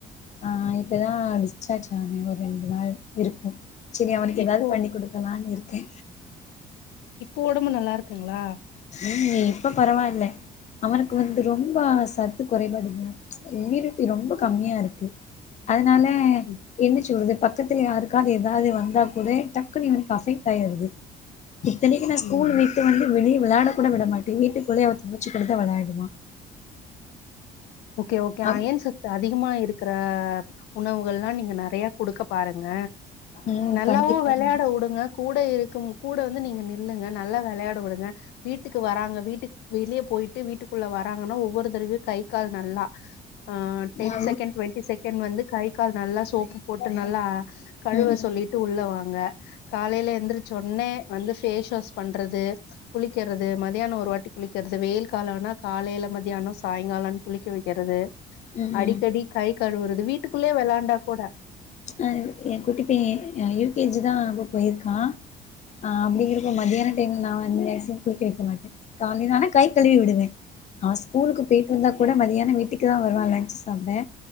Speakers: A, on the left (about 45°); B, on the left (about 80°).
A: ஆ இப்போ தா டிஸ்சார்ஜ் ஆன ஒரு ரெண்டு நாள் இருக்கு செரி அவனுக்கு
B: இப்போ
A: ஏதாவது பண்ணி கொடுக்கலான்னு இருக்கே
B: இப்போ ஒடம்பு நல்லா இருக்குங்களா
A: ம் இப்ப பரவாயில்ல அவனுக்கு வந்து ரொம்ப சத்து குறைபடு இது இம்யூனிட்டி ரொம்ப கம்மியா இருக்கு அதனால
B: ம்
A: என்ன சொல்றது பக் கத்துல யாருக்காவது ஏதாவது வந்தா கூட டக்குன்ன இவனுக்கு அபெக்ட் ஆயிடுது இத்தனைக்கு நா ஸ்கூல்
B: ம்
A: வட்டு வந்து வெளிய விளையாட கூட விடமாட்டே வீட்டுக்குள்ளய அவள் தங்கச்சு கூடுத்ததா விளையாடுவா
B: ஓகே ஓகே
A: அப்
B: அயன் சத்து அதிகமா இருக்கிற உணவுகள்ல்லா நீங்க நெறைய குடுக்க பாருங்க
A: ம்
B: நல்லாவு
A: கண்டிப்பா
B: வெளையாட
A: கண்டிப்பா
B: வுடுங்க கூட இருக்கும் கூட வந்து நீங்க நில்லுங்க நல்லா விளையாட விடுங்க வீட்டுக்கு வராங்க வீட்டு வெளியே போயிட்டு வீட்டுக்குள்ள வர்ராங்கன்னா ஒவ்வொரு தடவையும் கை கால் நல்லா ஆ டென்
A: நா
B: செகண்ட் டு்வெண்டி செகண்ட் வந்து கை கால் நல்லா சோப்பு போட்டு நல்லா கழுவ
A: ம்
B: சொல்லிட்டு உள்ளவாங்க காலையில எந்திரிச்ச ஒட்னே வந்து ஃபேஸ் வாஷ் பண்றது குளிக்கறது மதியானொ ஒரு வாட்டி குளிக்கறது வெயில் காலம்னா காலையில மதியானொ சாயங்காலொன் குளிக்க வைக்கிறது
A: ம்
B: அடிக்கடி
A: ம்
B: கை கழுவுறது வீட்டுக்குள்ளே விளாண்டா கூட
A: அ என் குட்டி போய் அ யூ கே ஜி தா இப்ப போயிருக்கா ஆ அப்படிங்கிறப்ப மத்தியான டைம்ல நா வந்து மேக்சிமம் குளிக்க வைக்க மாட்டேன் காலலேலன கை கழுவி விடுவேன் அவன் ஸ்கூலுக்கு போயிட்டு வந்தா கூட மதியான வீட்டுக் க்கு தா வருவான் லஞ்சு சாப்ட